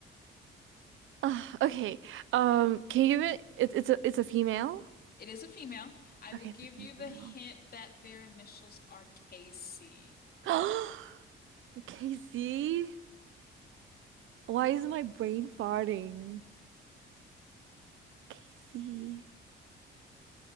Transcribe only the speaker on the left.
It is a female. I will
give
you the hint that their initials are KC.